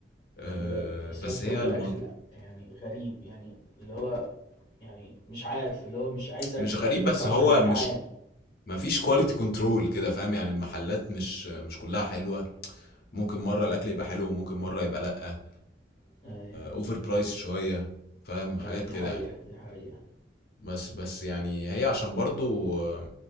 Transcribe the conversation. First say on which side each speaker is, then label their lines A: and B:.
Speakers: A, on the left; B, on the left.
A: آآ،
B: بجد، أصل
A: بس
B: أنا كنت
A: هي
B: باكل
A: الم
B: أكل يعني غريب يعني اللي هو يعني مش عارف اللي هو مش عايز آكله،
A: مش غريب
B: يعني باكله
A: بس
B: عشان
A: هو
B: أنا جعان،
A: مش ما فيش كواليتي كنترول كده فاهم يعني المحلات مش مش كلها حلوة ممكن مرة الأكل يبقى حلو وممكن مرة يبقى لأ
B: أيوه.
A: اوفر برايس شوية فاهم
B: اه
A: حاجات
B: دي
A: كده
B: حقيقة
A: يعني
B: دي حقيقة
A: بس بس يعني هي عشان برضو آه،